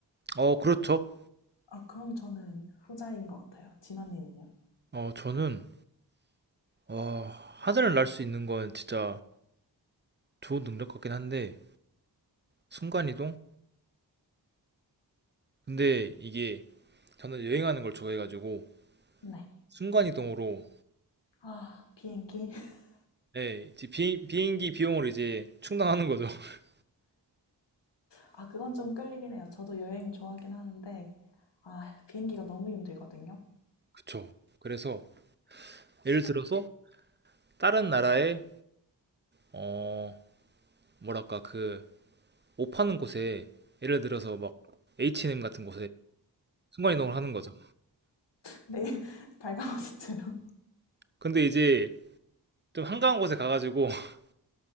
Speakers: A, on the right; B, on the left.
A: 어, 그렇죠.
B: 아, 그럼 저는 후자인 것 같아요. 진아님은요?
A: 어, 저는 와, 하늘을 날 수 있는 건 진짜 좋은 능력 같긴 한데, 순간이동? 근데 이게 저는 여행하는 걸 좋아해가지고,
B: 네.
A: 순간이동으로,
B: 아, 비행기. <laughs>
A: 예, 이제 비, 비행기 비용을 이제 충당하는 거죠. <laughs>
B: 아, 그건 좀 끌리긴 해요. 저도 여행 좋아하긴 하는데, 아, 비행기가 너무 힘들거든요.
A: 그쵸. 그래서,
B: 심5
A: 예를 들어서,
B: k m
A: 다른 나라의 어, 뭐랄까, 그, 옷 파는 곳에, 예를 들어서 막, H&M 같은 곳에 순간이동을 하는 거죠.
B: 네, <laughs> 발가벗스트로.
A: 근데 이제, 좀 한가한 곳에 가가지고, <laughs>